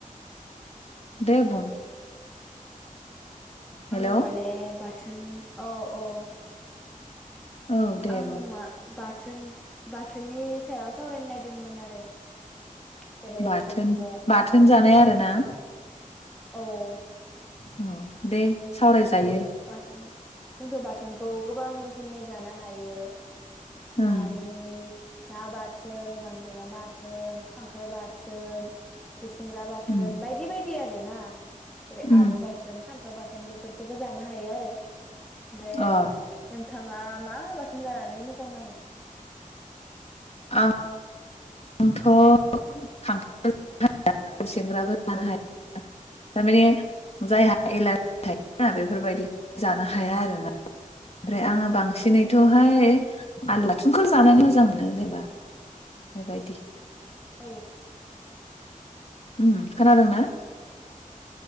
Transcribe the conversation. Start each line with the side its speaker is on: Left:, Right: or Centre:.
Left: <inaudible> दे बुं हेलौ
Centre: आं माने बाथ औ औ
Left: औ दे
Centre: आं
Left: बुं
Centre: मा बाथ थोन बाथोननि सायाव सावरायनो नायदोंमोन आरो जेरै
Left: बाथोन
Centre: जोंथ'
Left: बाथोन जानाय आरो ना
Centre: औ
Left: औ दे
Centre: <unintelligible>
Left: सावरायजायो
Centre: बाथोनखौ जोंथ' बाथोनखौ गोबां रोखोमनि जानो हायो।
Left: ओं
Centre: नानि ना बाथोन गांजेमा बाथोन खांख्राइ बाथोन गुसेंग्रा बाथोन
Left: उम
Centre: बायदि बायदि आरोना जेरै
Left: उम
Centre: आलु बाथोन फान्थाव बाथ थोन बे बेफोरखौबो जानो हायो आरो ओमफ्राय
Left: अ
Centre: नों नोंथाङा मा बाथोन जानानै मोजां नाङो
Left: आं आंथ खांख्राइ बो जानो हाया खुसेंग्राबो जानो हाया थारमाने जायहा एलारजि थायो बेफोरबायदि जानो हाया आरोना ओमफ्राय आङो बांसिन एांसिनैथहाय
Centre: औ
Left: आनलाथुनखौ जानो मोजां मोनो जेबा बेबायदि
Centre: औ
Left: ओम खोनादोंना